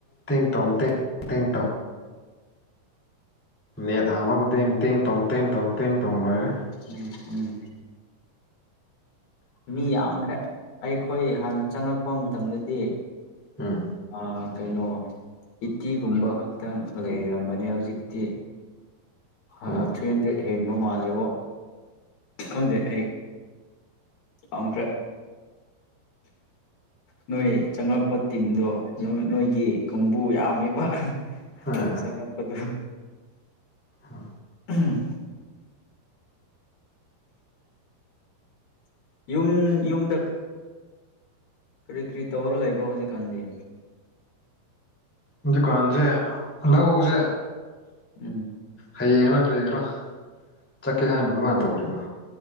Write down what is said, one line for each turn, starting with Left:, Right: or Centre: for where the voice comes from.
Centre: ꯇꯤꯡ ꯇꯣꯡ ꯇꯤꯡ ꯇꯤꯡ ꯃꯦꯠ ꯍꯥꯡꯃꯒꯗꯤꯦꯡ ꯇꯦꯡ ꯇꯣꯡ ꯇꯦꯡ ꯇꯣꯡ ꯇꯦꯡ ꯇꯣꯡ ꯂꯣꯏꯔꯦ
Left: ꯎꯝ ꯎꯝ ꯃꯤ ꯌꯥꯝꯈ꯭ꯔꯦ ꯑꯩꯈꯣꯏ ꯍꯥꯟꯅ ꯆꯪꯂꯛꯄ ꯃꯇꯝꯗꯗꯤ
Centre: ꯎꯝ
Left: ꯑ ꯀꯩꯅꯩꯅꯣ ꯏꯇꯤꯒꯨꯝꯕ ꯈꯛꯇꯪ ꯂꯩꯔꯝꯕꯅꯦ ꯍꯧꯖꯤꯛꯇꯤ ꯍ
Centre: ꯎꯝ
Left: ꯊ꯭ꯔꯤ ꯍꯟꯗ꯭ꯔꯦꯗ ꯍꯦꯟꯕ ꯃꯥꯜꯂꯦꯕꯣ ꯈꯪꯗꯦ ꯑꯩ ꯑꯈ꯭ꯔꯦ ꯅꯣꯏ ꯆꯪꯂꯉꯛꯄ ꯇꯤꯝꯗꯣ ꯅꯣꯏꯒꯤ ꯈꯣꯡꯕꯨ ꯌꯥꯝꯃꯤꯕ
Centre: ꯎꯝ
Left: ꯍꯟꯗꯛ ꯆꯪꯉꯛꯄꯗꯨ
Centre: ꯑ
Left: ꯎꯝ ꯌꯨꯝ ꯌꯨꯝꯗ ꯀꯔꯤ ꯀꯔꯤ ꯇꯧꯔ ꯂꯩꯕ꯭ꯔꯣ ꯍꯧꯖꯤꯛꯀꯥꯟꯗꯤ
Centre: ꯍꯧꯖꯤꯛꯀꯥꯟꯁꯦ ꯂꯧꯁꯦ
Left: ꯎꯝ
Centre: ꯍꯌꯦꯡꯥ ꯀ꯭ꯔꯦꯒ꯭ꯔꯥ ꯆꯠꯀꯦꯍꯥꯟ ꯑꯗꯨꯃꯥꯏꯅ ꯇꯧꯔꯤꯕ